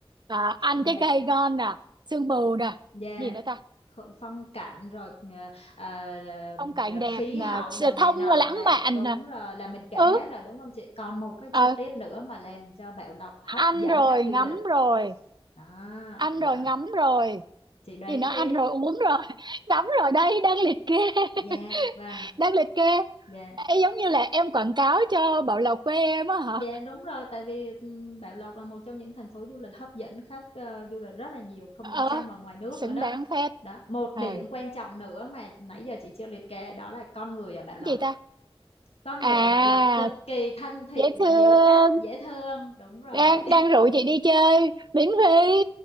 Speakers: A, on the right (about 50°); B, on the left (about 80°).
A: à, ăn
B: dạ
A: trái cây ngon nè sương mù nè
B: Dạ,
A: gì nữa ta
B: kho- Phong cảnh rồi ờ, ờ,
A: phong cảnh
B: ờ,
A: đẹp
B: khí
A: nè
B: hậu
A: sự
B: đồ này
A: thông
B: nọ
A: là lãng
B: là
A: mạn
B: đúng
A: nè
B: rồi là mình kể
A: ừ
B: hết rồi đúng không chị? Còn một cái
A: ờ,
B: chi tiết nữa mà làm cho Bảo Lộc hấp
A: ăn
B: dẫn
A: rồi
B: khách du
A: ngắm
B: lịch.
A: rồi
B: Đó,
A: ăn
B: rồi,
A: rồi ngắm rồi
B: chị đoán
A: gì nó
B: đi.
A: ăn rồi uống rồi <laughs> ngắm rồi đây đang liệt kê
B: Dạ,
A: <laughs>
B: vâng,
A: đang liệt kê
B: dạ.
A: Ê, giống như là em quảng cáo cho Bảo Lộc quê em á hả
B: Dạ đúng rồi, tại vì ừm, Bảo Lộc là một trong những thành phố du lịch hấp dẫn khách ờ, du lịch rất là nhiều, không
A: ờ
B: những trong mà ngoài nước
A: xứng
B: nữa đó.
A: đáng phết
B: Đó, một
A: ờ
B: điểm
A: cái
B: quan trọng nữa mà nãy giờ chị chưa liệt kê đó là con người ở Bảo Lộc.
A: gì ta
B: Con
A: à
B: người ở Bảo Lộc cực kỳ thân thiện
A: dễ thương
B: và hiếu khách, dễ thương. Đúng rồi.
A: đang đang rủ chị đi chơi miễn phí